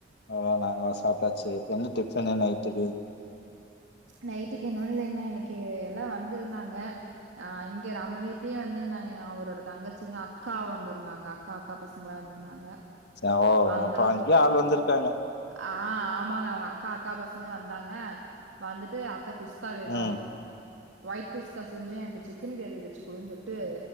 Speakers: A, on the left (about 60°); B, on the right (about 75°).
A: ஓ நாங்களா சாப்ட்டாச்சு என்ன டிஃபன்னு நைட்டுக்கு
B: நைட்டுக்கு என்னன்னுர்ல என்ன இல்ல இன்னைக்கு எல்லா வந்திருந்தாங்க ஆ இங்க நம்ம வீட்லயே வந்துருந்தாங்க அவரோட தங்கச்சிங்க அக்கா வந்திருந்தாங்க அக் காக்கா பசங்களா வந்திருந்தாங்க
A: ச ஓ
B: வந்த
A: அப்ப அதுக்குள்ளே ஆள் வந்திருக்காங்க
B: ஆ ஆமாங்க அவங்க அக்கா அக்கா பசங்க வந்தாங்க வந்துட்டு அத்த குஸ்கா வேணு
A: ம்
B: ஒயிட் குஸ்கா செஞ்சு எனக்கு சிக்கன் கிரேவி வச்சு குடுன்னு சொல்லிட்டு